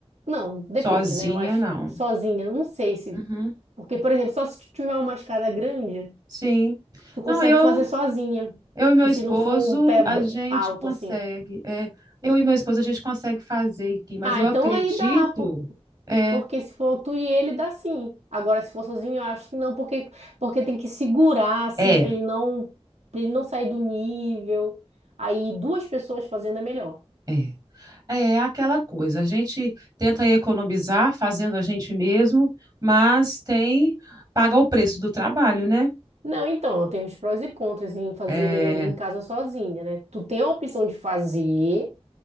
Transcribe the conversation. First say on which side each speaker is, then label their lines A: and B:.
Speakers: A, on the right; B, on the right.
A: Não, depende,
B: sozinha,
A: né? Eu acho
B: não.
A: que sozinha, não sei se,
B: Uhum,
A: porque por exemplo, só se tu tiver uma escada grande,
B: sim.
A: tu consegue
B: Não, eu
A: fazer sozinha.
B: Eu e meu
A: E
B: esposo,
A: se não for um pé
B: a
A: b-
B: gente
A: alto
B: consegue.
A: assim.
B: é, eu e meu esposo, a gente consegue fazer aqui, mas
A: Ah,
B: eu
A: então
B: acredito.
A: aí dá,
B: É,
A: Porque se for tu e ele, dá sim. Agora, se for sozinho, eu acho que não, porque, porque tem que segurar, assim,
B: é,
A: pra ele não, pra ele não sair do nível. Aí, duas pessoas fazendo é melhor.
B: é. É aquela coisa. A gente tenta economizar fazendo a gente mesmo, mas tem. Paga o preço do trabalho, né?
A: Não, então, tem os prós e contras em fazer
B: É,
A: melhoria em casa sozinha, né? Tu tem a opção de fazer,